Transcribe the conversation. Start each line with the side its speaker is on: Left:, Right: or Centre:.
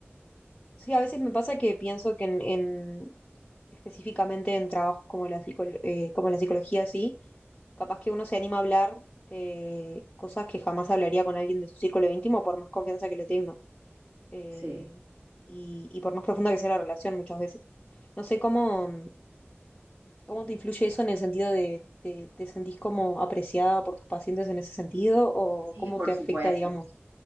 Left: sí, a veces me pasa que pienso que en, en- específicamente en trabajos como la psico- eh, como la psicología, sí, capaz que uno se anima a hablar eh, cosas que jamás hablaría con alguien de su círculo íntimo por más confianza que le tenga. eh,
Right: Sí,
Left: y, y por más profunda que sea la relación muchas veces. No sé cómo, ¿Cómo te influye eso en el sentido de, te, te sentís como apreciada por tus pacientes en ese sentido? ¿O
Right: sí,
Left: cómo
Right: por
Left: te afecta,
Right: supuesto.
Left: digamos?